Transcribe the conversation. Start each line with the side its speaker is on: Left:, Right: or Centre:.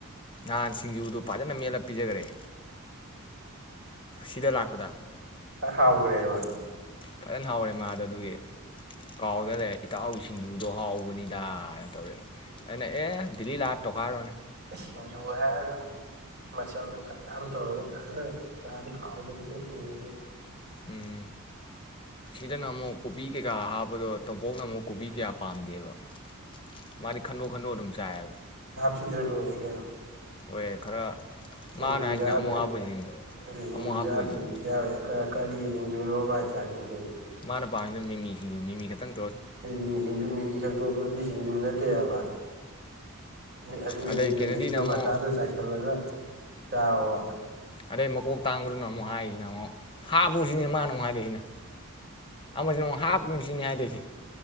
Left: ꯅꯍꯥꯟ ꯁꯤꯡꯖꯨꯗꯣ ꯐꯖꯅ ꯃꯦꯠꯂ ꯄꯤꯖꯒꯔꯦ꯫ ꯁꯤꯗ ꯂꯥꯛꯄꯗ꯫
Right: ꯐ ꯍꯥꯎꯒꯔꯦꯕ꯫
Left: ꯐꯖꯅ ꯍꯥꯎꯔꯦ ꯃꯥꯗꯣ ꯑꯗꯨꯒꯤ ꯀꯥꯎꯗ ꯂꯩꯔꯦ ꯏꯇꯥꯎꯒꯤ ꯁꯤꯡꯖꯨꯗꯣ ꯍꯥꯎꯕꯅꯤꯗ ꯇꯧꯔꯛꯑꯦ ꯑꯩꯅ ꯑꯦ ꯗꯤꯜꯂꯤ ꯂꯥꯛꯑ ꯇꯧꯈꯥꯏꯔ ꯂꯣꯏꯔꯦ꯫
Right: ꯏꯁ ꯁꯤꯡꯖꯨ ꯍꯥꯏꯒ ꯃꯆꯜꯒ ꯈꯌꯥꯝ ꯇꯧꯔ <unintelligible> ꯅ ꯆꯥꯔꯗꯤ ꯍꯥꯎꯕꯅꯤꯍꯦ ꯁꯤꯡꯖꯨꯗꯣ꯫
Left: ꯎꯝ ꯁꯤꯗꯅ ꯑꯃꯨꯛ ꯀꯣꯕꯤ ꯀꯩꯀꯥ ꯍꯥꯞꯄꯗꯣ ꯇꯣꯝꯄꯣꯛꯅ ꯑꯃꯨꯛ ꯀꯣꯕꯤ ꯀꯌꯥ ꯄꯥꯝꯗꯦꯕ꯫ ꯃꯥꯗꯤ ꯈꯟꯗꯣꯛ ꯈꯟꯗꯣꯛ ꯑꯗꯨꯝ ꯆꯥꯏꯑꯦꯕ꯫
Right: ꯄꯤꯖ ꯂꯣꯏꯔꯦ ꯀꯩꯅꯣ꯫
Left: ꯍꯣꯏꯌꯦ ꯈꯔ
Right: ꯁꯤꯡꯖꯨꯖꯥꯔꯀꯣ
Left: ꯃꯥꯅ ꯍꯥꯏꯁꯤꯅ ꯑꯃꯨꯛ ꯍꯥꯞꯄꯁꯤꯅꯤ
Right: ꯑꯗꯨ ꯁꯤꯡꯖꯨꯖꯥꯔ
Left: ꯑꯃꯨꯛ ꯍꯥꯞꯄ ꯑꯣꯏꯁꯤꯁꯤꯅꯤ
Right: ꯀꯣꯕꯤ ꯆꯥꯔ ꯈꯔ ꯀꯔꯤ ꯁꯤꯡꯖꯨꯅꯣ ꯃꯥꯥꯏ ꯆꯥꯅꯤꯡꯗꯣꯏꯖꯦ꯫
Left: ꯃꯥꯅꯄꯥꯝꯃꯤꯖꯤꯅ ꯃꯤꯃꯤꯁꯤꯡꯖꯨ ꯃꯤꯃꯤ ꯈꯇꯪ꯫
Right: ꯃꯤꯃꯤ ꯁꯤꯡꯖꯨ ꯃꯤꯃꯤ ꯈꯛꯇ ꯇꯣꯠꯂꯛꯑꯗꯤ ꯁꯤꯡꯖꯨ ꯅꯠꯇꯦꯕ꯫ ꯑꯗꯨꯗꯤ ꯃꯤꯃꯤ
Left: ꯑꯗꯩ ꯀꯦꯅꯦꯗꯤꯅ
Right: ꯄꯦꯀꯦꯠꯇꯨꯗ
Left: ꯑꯃꯨꯛ
Right: ꯃꯁꯂꯥꯗꯣ ꯆꯥꯏꯁꯤꯜꯂꯒ ꯆꯥꯕ꯫
Left: ꯑꯗꯩ ꯃꯀꯣꯛ ꯇꯥꯡꯕꯗꯨꯅ ꯑꯃꯨꯛ ꯍꯥꯏꯔꯤꯖꯤꯅ ꯑꯃꯨꯛ ꯍꯥꯞꯄꯣ ꯖꯤꯅꯤ ꯃꯥꯅ ꯑꯃꯨꯛ ꯍꯥꯏꯔꯛꯏꯖꯤꯅ ꯑꯃꯖꯤꯅ ꯑꯃꯨꯛ ꯍꯥꯞꯀꯅꯨ ꯖꯤꯅꯤ ꯍꯥꯏꯗꯣꯏꯖꯦ꯫